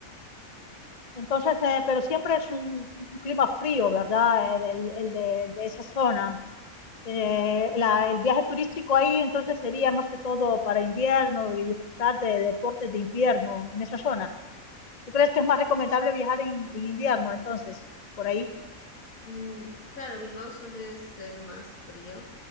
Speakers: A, on the left; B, on the left.
A: Entonces, eh, pero siempre es un, un clima frío, ¿verdad? El, el- el de, de esa zona. Eh, la- el viaje turístico ahí entonces sería más que todo para invierno y disfrutar de deportes de invierno en esa zona. ¿Tú crees que es más recomendable viajar en, en invierno entonces? Por ahí
B: Mm, claro, Bilbao suele ser más frío,